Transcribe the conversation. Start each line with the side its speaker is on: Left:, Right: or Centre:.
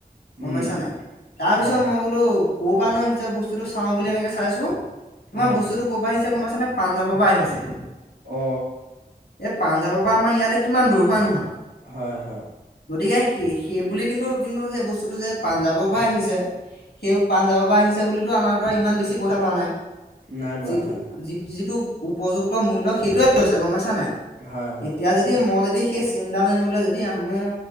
Left: গম
Right: উম
Left: পাইছা নাই তাৰপিছত
Right: হয়
Left: মই বোলো ক'ৰ পৰা নো আহিছে বস্তুটো চাও বুলি এনেকে চাইছো কিমান
Right: অ
Left: বস্তুটো কৰ পৰা আহিছে কোনোবা ানে পাঞজাবৰ পৰা আহিছে সি
Right: অ
Left: এই পাঞ্জাৱৰ পৰা আমাৰ ইয়ালৈ কিমান দূৰ হয় নহয়
Right: হয় হয়
Left: গতিকে সেই সেই বুলি কিন্তু কিন্তু সেই বস্তুটো যে পাঞ্জাৱৰ পৰা আহিছে। সেই পাণজাব পৰা আহিছে বুলিো আমাৰ পৰা ইমান বেছি পইচা লোৱা নাই।
Right: নাই লোৱা
Left: যিটো
Right: হয়
Left: যি যিটো উপযুক্ত মূল্য় সেইটোয়েৈছে গম পাইছো।
Right: হয় হয়
Left: এতিয়া যদি মই যদি সেই চিন্তানবলৈ যদি মোৰ